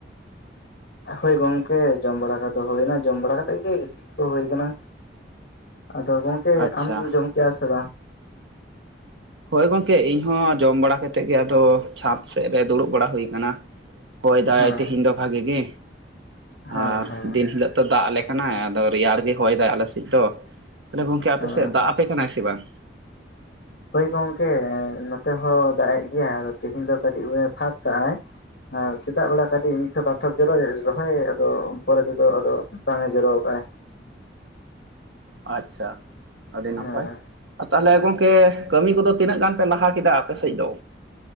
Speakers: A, on the left; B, on the right.
A: <inaudible> ᱦᱚᱭ ᱜᱚᱝᱠᱮ ᱡᱚᱢ ᱵᱟᱲᱟ ᱠᱚᱫᱚ ᱦᱩᱭᱮᱱᱟ ᱡᱚᱢ ᱵᱟᱲᱟ ᱠᱟᱛᱮᱜ ᱜᱮ ᱜᱤᱛᱤᱜ ᱠᱚ ᱫᱚ ᱦᱩᱭᱟ ᱠᱟᱱᱟ᱾ ᱟᱫᱚ ᱜᱚᱝᱠᱮ
B: ᱟᱪᱪᱷᱟ
A: ᱟᱢ ᱫᱚ ᱡᱚᱢ ᱠᱮᱜᱼᱟ ᱥᱮ ᱵᱟᱝ?
B: ᱦᱚᱭ ᱜᱚᱝᱠᱮ ᱤᱧᱦᱚᱸ ᱡᱚᱢ ᱵᱟᱲᱟ ᱠᱟᱛᱮᱜ ᱜᱮ, ᱟᱫᱚ ᱪᱷᱟᱛ ᱥᱮᱫ ᱨᱮ ᱫᱩᱲᱩᱵ ᱵᱟᱲᱟ ᱦᱩᱭ ᱟᱠᱟᱱᱟ᱾ ᱦᱚᱭ ᱫᱟᱭ
A: ᱦᱮᱸ
B: ᱛᱮᱦᱮᱧ ᱫᱚ ᱵᱷᱟᱹᱜᱤ ᱜᱮ
A: ᱦᱮᱸ
B: ᱟᱨ
A: ᱦᱮᱸ
B: ᱫᱤᱱ ᱦᱤᱞᱚᱜᱼᱼ ᱫᱟᱜ ᱟᱞᱮ ᱠᱟᱱᱟᱭ ᱟᱫᱚ ᱨᱮᱭᱟᱲ ᱜᱮ ᱦᱚᱭ ᱫᱟᱭ ᱟᱞᱮ ᱥᱮᱫ ᱫᱚ ᱛᱟᱦᱞᱮ ᱜᱚᱝᱠᱮ ᱟᱯᱮ
A: ᱦᱮᱸ
B: ᱥᱮᱫ ᱫᱟᱜ ᱟᱯᱮ? ᱠᱟᱱᱟᱭ ᱥᱮ ᱵᱟᱝ?
A: ᱦᱚᱭ ᱜᱚᱝᱠᱮ ᱱᱚᱛᱮ ᱦᱚᱸ ᱫᱟᱜ ᱮᱜ ᱜᱮᱭᱟᱭ ᱛᱮᱦᱮᱧ ᱫᱚ ᱠᱟᱹᱴᱤᱜ ᱮ ᱯᱷᱟᱠ ᱠᱟᱜᱼᱟᱭ᱾ ᱦᱮᱸ ᱥᱮᱛᱟᱜ ᱵᱮᱲᱟ ᱠᱟᱹᱴᱤᱜ ᱢᱤᱫᱴᱷᱚᱯ ᱵᱟᱨᱴᱷᱚᱠ ᱡᱚᱨᱚᱭ ᱨᱚᱦᱚᱭ ᱟᱫᱚ ᱯᱚᱨᱮ ᱛᱮᱫᱚ ᱟᱫᱚᱼᱼ ᱵᱟᱝ ᱮ ᱡᱚᱨᱚ ᱟᱠᱟᱜᱼᱟᱭ᱾
B: ᱟᱪᱪᱷᱟ ᱟᱹᱰᱤ
A: ᱦᱮᱸ
B: ᱱᱟᱯᱟᱭ ᱛᱟᱦᱞᱮ ᱜᱚᱝᱠᱮᱼᱼ ᱠᱟᱹᱢᱤ ᱠᱚᱫᱚ ᱛᱤᱱᱟᱹᱜ ᱜᱟᱱ ᱯᱮ ᱞᱟᱦᱟ ᱠᱮᱫᱟ ᱟᱯᱮ ᱥᱮᱜ ᱫᱚ?